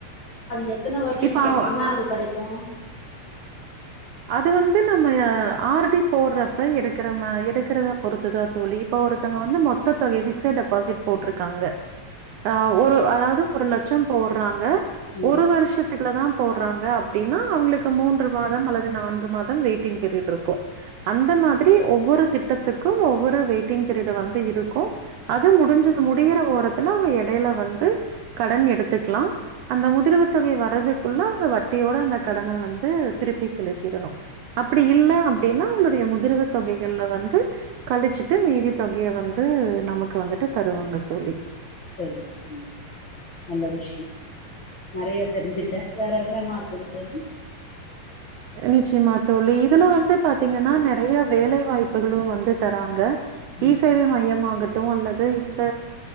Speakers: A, on the left; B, on the right.
A: அது எத்தன வருஷ
B: இப்ப
A: கட்டீனா
B: அ
A: அது கடைக்கு
B: அது வந்து நம்மய ஆர் டி போட்றப்ப எடுக்கிறம எடுக்கிறத பொறுத்துதா தோழி இப்ப ஒருத்தவங்க வந்து மொத்த தொகை பிக்ஸட் டெபாசிட் போட்ருக்காங்க அ ஒரு அதாவ்து ஒரு லட்சோ போட்றாங்க
A: ம்
B: ஒரு வர்ஷத்துக்குல தா போட்றாங்க அப்டின்னா அவுங்குளுக்கு மூன்று மாதம் அல்லது நான்கு மாதம் வெயிட்டிங் பீரியட் இருக்கோ அந்த மாதிரி ஒவ்வொரு திட்டத்துக்கு ஒவ்வொரு வெயிட்டிங் பீரியடு வந்து இருக்கு அது முடிஞ்சது முடியிற ஓரத்துல அவுங்க எடையில வந்து கடன் எடுத்துக்கலா அந்த முதிர்வு தொகை வர்றதுக்குள்ள அவு ங்க வட்டியோட அந்த கடன வந்து திருப்பி செலுத்திடணு அப்டி இல்ல அப்டின்னா அவுங்களுடைய முதிர்வு தொகைகள்ல வந்து கழிச்சுட்டு மீதி தொகைய வந்து நமக்கு வந்துட்டு தருவாங்க தோழி
A: செரி செரி நல்ல விஷ்ய நெறைய தெரிஞ்சின்ட்டே வேற என்னமா இருக் கு வேணு
B: நிச்சயமா தோழி இதுல வந்து பாத்தீங்கன்னா நெறைய வேலை வாய்ப்புகளு வந்து தராங்க இ
A: ம்
B: சேவை மையமாகட்டு அல்லது இந்த